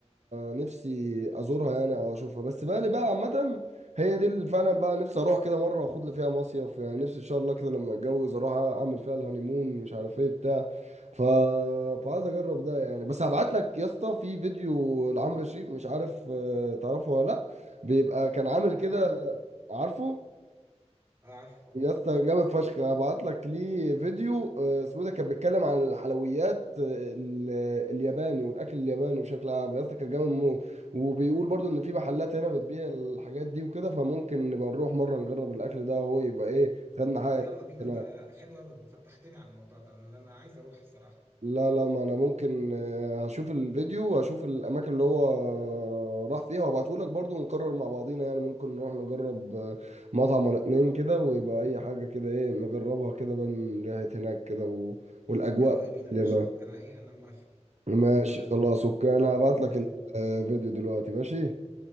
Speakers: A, on the right; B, on the right.
A: نفسي ازورها يعني او اشوفها بس بالي بقى عامة هي دي اللي فعلا بقى نفسي اروح كده مرة واخد لي فيها مصيف يعني نفسي ان شاء الله كده لما اتجوز اروح اعمل فيها الهانيمون مش عارف ايه بتاع ف... فعايز اجرب ده يعني بس هبعت لك يا اسطى في فيديو لعمرو شريف مش عارف آه، تعرفه ولا لا بيبقى كان عامل كده
B: ايوه عارف طبعا
A: عارفه
B: اه عارف طبعا
A: يا اسطى جامد فشخ انا بعت لك ليه فيديو آه، سويدة كانت بتتكلم عن الحلويات آه، ال- الياباني والاكل الياباني بشكل عام يا اسطى كان جامد موت وبيقول برضو ان في محلات هنا بتبيع الحاجات دي وكده فممكن نبقى نروح مره نجرب الاكل ده هو يبقى ايه خدنا
B: طب
A: حاجه
B: يلا بينا
A: هناك
B: ده حلو قوي انت فتحتني على الموضوع ده لان انا عايز اروح الصراحه
A: لا لا ما انا ممكن آه، هشوف الفيديو واشوف الاماكن اللي هو راح فيها وابعته لك برضو ونقرر مع بعضينا يعني ممكن نروح نجرب آه، مطعم ولا اتنين كده ويبقى اي حاجة كده ايه نجربها كده بقى من ريحة هناك كده و... والاجواء
B: يلا يا بينا
A: اللي
B: ماشي
A: بقى
B: انا ايه انا موافق
A: ماشي
B: انا موافق
A: خلاص اوكي انا هبعت
B: يلا
A: لك
B: بينا
A: الفيديو دلوقتي ماشي